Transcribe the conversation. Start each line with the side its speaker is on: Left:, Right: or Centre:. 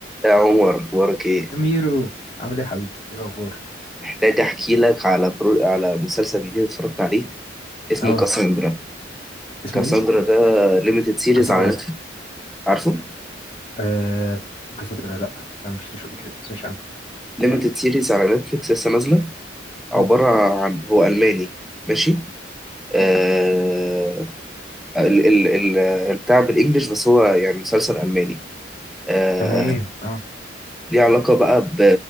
Centre: يا عمر اخبارك ايه
Left: ميرو عامل ايه يا حبيبي ايه الاخبار
Centre: محتاج احكي لك على برو... على مسلسل جديد اتفرجت عليه اسمه
Left: اه
Centre: كاساندرا
Left: اسمه
Centre: كاساندرا
Left: ايه
Centre: ده ليميتد سيريز
Left: كسدرة
Centre: على نتفلكس عارفه
Left: آه كسدرة لا لا ما شفتوش قبل كده ما سمعتش عنه
Centre: ليميتد
Left: إيه.
Centre: سيريز على نتفلكس لسه نازله
Left: مم.
Centre: عباره عن هو الماني ماشي آه... ال... ال... ال... البتاع بالانجلش بس هو يعني مسلسل الماني آه،
Left: تمام اه
Centre: ليه علاقة بقى ب...